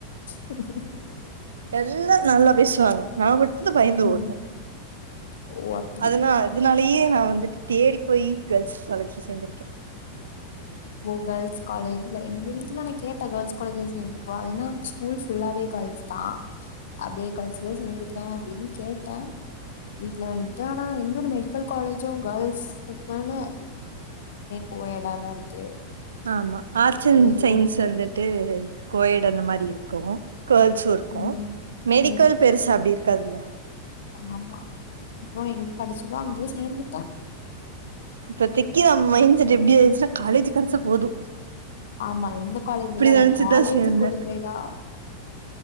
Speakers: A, on the left (about 60°); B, on the right (about 70°).
A: சரி சரி சரி
B: எல்லா நல்லா பேசுவாங்க நா மட்டு தா பயந்து
A: ம்
B: ஓடுவே
A: ஓ அப்டி
B: அதுனா அதுனாலயே நா வந்துட்டு தேடி போய் கேள்ர்ஸ் காலேஜ்ல சேந்திருக்கே
A: ஓ கேர்ள்ஸ் காலேஜ்ல எங்க வீட்ல நா கேட்ட கேள்ர்ஸ் காலேஜ்ல சேந்துக்குவா ஏன்னா ஸ்கூல் ஃபுல்லாவே கேள்ர்ஸ் தா அப்டியே காலேசுலயே சேந்துக்குவே அப்டின்னு கேட்டே வீட்ல வன்ட்டு ஆனா எந்த ஒரு மெடிக்கல் காலேஜு கேள்ர்ஸ்க்குன்னு கோயேட்டாத இருக்கு
B: ஆமா ஆர்ட்ஸ் அண்ட்
A: சேரி
B: சயின்ஸ்
A: ஓகே
B: வந்துட்டு கோயேட் அந்த மாரி இருக்கு கேள்ர்ஸு இருக்கு
A: ம்
B: மெடிக்கல்
A: ம்
B: பெருசா அப்டி இருக்காதுல்ல
A: ஆமா அப்றோ எங்க கிடைச்சதோ அங்கயே சேந்துட்டே
B: இப்பதிக்கி நம்ம மைண்ட் செட் எப்டி ஆயிருச்சினா காலேஜ் கெடச்சா போது
A: ஆமா எந்த காலேஜ்ல்லா
B: நெனச்சு
A: இல்ல காலேஜ்
B: தான் சேந்தேன்.
A: கொடுங்கையா